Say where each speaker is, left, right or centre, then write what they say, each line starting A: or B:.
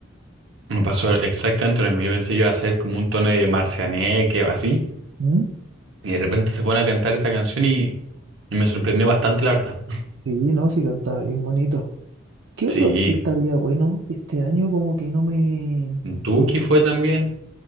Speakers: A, on the right; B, on the right.
A: Me pasó exactamente lo mismo. Yo pensé que iba a ser como un tono de Marcianeque o así.
B: ¿Mm?
A: Y de repente se pone a cantar esa canción y, y me sorprendió bastante, la verdad.
B: Sí, no, sí cantaba bien bonito. ¿Qué
A: Sí,
B: otro artista había bueno este año? Como que no me...
A: Duki fue también.